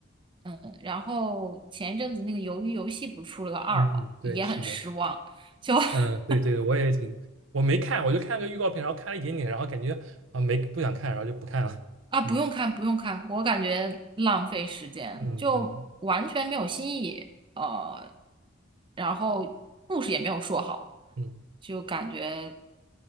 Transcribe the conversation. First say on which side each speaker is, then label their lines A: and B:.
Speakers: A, on the right; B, on the right.
A: 嗯，然后前一阵子那个《鱿鱼游戏》不是出了个二嘛，
B: 嗯，嗯对，
A: 也很失望。
B: 是的。
A: 就 <laughs>
B: 嗯，对对，我也挺，我没看，我就看个预告片，然后看了一点点，然后感觉啊没不想看，然后就不看了。
A: 啊，不用看，
B: 嗯
A: 不用看，我感觉浪费时间，
B: 嗯嗯
A: 就完全没有新意，呃，然后故事也没有说好，
B: 嗯，
A: 就感觉